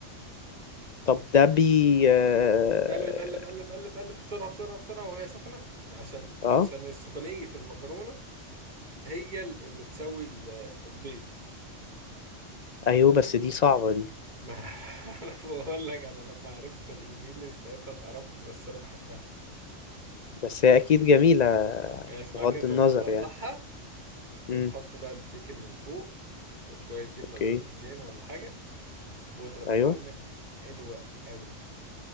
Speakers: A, on the left (about 50°); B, on the right (about 40°).
A: طب ده بي اه
B: وتقلب قلب قلب قلب قلب بسرعة بسرعة بسرعة وهي سخنة عشان
A: آه،
B: عشان سخونية المكرونة هي اللي تسوي ال- البيض
A: ايوه بس دي صعبة دي
B: ما <laughs> انا بقول لك انا لما عرفت الانجريدينتس ساعتها اتقرفت بس انا بحبها
A: بس هي اكيد جميلة
B: بس
A: بغض
B: بعد كده تقوم
A: النظر
B: مطلعها
A: يعني
B: تقوم
A: امم
B: حط بقى البيكن من فوق وشويه جبنه
A: اوكي
B: بارميزيان ولا حاجه واضرب
A: ايوه
B: يا معلم حلوه قوي